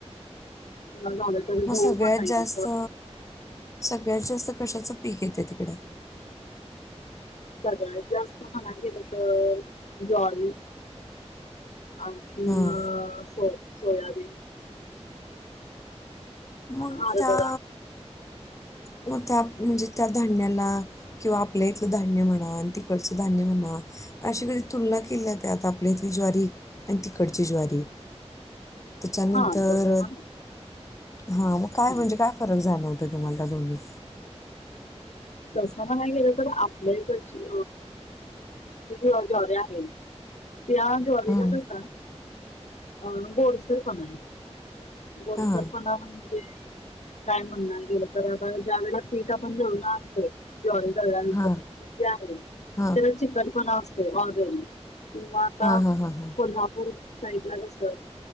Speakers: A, on the left (about 85°); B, on the left (about 30°).
A: <inaudible>
B: मग सगळ्यात
A: पण नाही.
B: जास्त
A: तर
B: सगळ्यात जास्त कशाचं पीक येतं तिकडं?
A: सगळ्यात जास्त म्हणा गेलं तर ज्वारी आणखी
B: हां
A: अ सो सोयाबीन.
B: आता.
A: हरभरा
B: कोणता त्या म्हणजे त्या धान्याला किंवा आपल्या इथलं धान्य म्हणा आणि तिकडचं धान्य म्हणा. कशी कधी तुलना केली आहेत का आता आपल्या इथली ज्वारी आणि तिकडची ज्वारी. त्याच्यानंतर
A: हा तसं म्हणा.
B: हा मग काय
A: हं.
B: म्हणजे काय फरक झालंव होतं तुम्हाला दोन्हीत?
A: असं म्हणायला गेलो तर आ आपले इकडची ज्वारी आहेत. त्या ज्वारीला
B: हां
A: कस अ गोडसर पणा आहे गोडसर
B: हां
A: पणा म्हणजे काय म्हणणार गेलं तर आपण ज्या वेळे पीठ आपण घेऊणार असतोय ज्वारी दळल्यानंतर
B: हां
A: आहे
B: हां
A: त्याची चिकन पणा असते ऑलरेडी किवा आता
B: हां हां हां हां
A: कोल्हापूर साईडला कसं